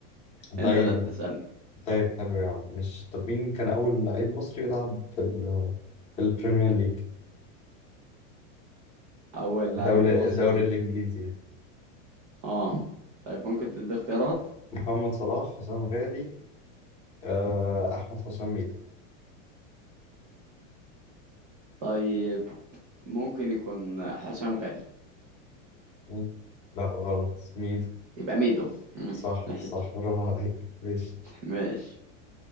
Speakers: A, on the right (about 25°); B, on the left (about 15°).
A: انت
B: طيب
A: اللي هتسألني
B: طيب حلو يا عم مش طب مين كان أول لعيب مصري يلعب في ال في البريمير ليج؟
A: اول لعيب
B: الدولة
A: مصري
B: الدوري الإنجليزي يعني
A: اه طيب ممكن تدي اختيارات
B: محمد صلاح حسام غالي آه، أحمد حسام ميدو
A: طيب ممكن يكون حسام غالي
B: مم. لا غلط ميدو
A: يبقى ميدو مم،
B: صح
A: ماشي
B: صح برافو عليك ماشي
A: ماشي